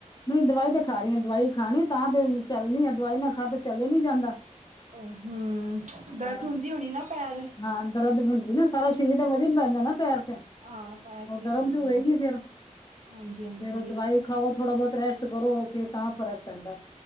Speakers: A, on the left; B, on the right.
A: ਨਹੀ ਦਵਾਈ ਤੇ ਖਾ ਰਹੀ ਦਵਾਈ ਖਾਣੀ ਤਾਂ ਤੇ ਚੱਲਣੀ- ਦਵਾਈ ਨਾ ਖਾਂ ਚੱਲਿਆ ਨੀ ਜਾਂਦਾ
B: ਉਹ ਹਮ ਦਰਦ
A: ਹ
B: ਹੁੰਦੀ ਹੋਣੀ ਨਾ ਪੈਰ
A: ਹਾਂ। ਦਰਦ ਹੁੰਦੀ ਨਾ ਸਾਰਾ ਸਰੀਰ ਦਾ ਵਜ਼ਨ ਪੈਂਦਾ ਨਾ ਪੈਰ ਤੇ
B: ਹਾਂ ਪੈਰ
A: ਉਹ ਦਰਮ
B: ਹੀ ਪੈਂਦਾ
A: ਤੇ ਹੋਏਗੀ
B: ਹੈ
A: ਫੇਰ
B: ਹਾਂਜੀ- ਹਾਂਜੀ
A: ਉਹ ਦਵਾਈ ਖਾਓ ਥੋੜਾ ਬਹੁਤ ਰੈਸਟ ਕਰੋ ਫਿਰ ਤਾਂ ਫ਼ਰਕ ਪੈਂਦਾ।